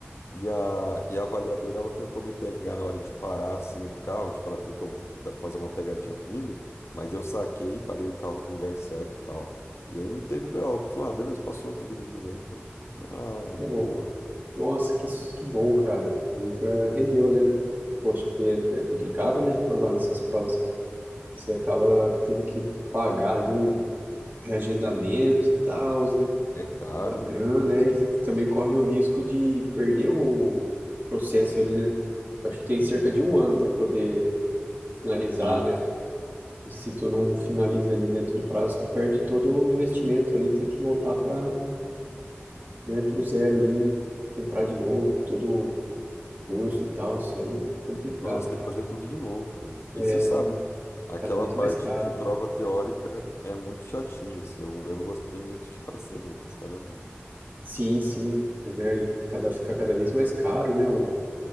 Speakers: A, on the left; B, on the right.
A: E a, e a avaliadora, ela tentou me pegar na hora de parar, assim, o carro. Tipo, ela tentou da- fazer uma pegadinha comigo, mas eu saquei, parei o carro no lugar certo e tal. E aí não teve BO. Ela Falou, ah, beleza, passou, tá dirigindo bem, então. Ah,
B: pô,
A: boa.
B: nossa, que, s- que bom, cara. Aí eh, rendeu, né? Poxa, porque é complicado, né? Reprovar nessas provas. Você acaba tendo que pagar ali um reagendamento e tal, né?
A: É, é caro,
B: uma grana,
A: né?
B: né? E e também corre o risco de perder o processo ali, né? Eu Acho que tem cerca de um ano para poder finalizar,
A: Isso.
B: né? E se tu não finaliza ali dentro do prazo, tu perde todo o investimento ali, tem que voltar para, né, para o zero ali, comprar de novo todo o curso e tal. Isso aí é complicado,
A: Nossa,
B: hein,
A: tem
B: cara?
A: que fazer tudo de novo, cara. E
B: É
A: você sabe, né? Aquela
B: cada vez mais
A: parte
B: caro.
A: de prova teórica é muito chatinha, assim. Eu, eu não gostei muito de <laughs> fazer, não, sinceramente.
B: Sim, sim, né? E e cada, fica cada vez mais caro, né? O,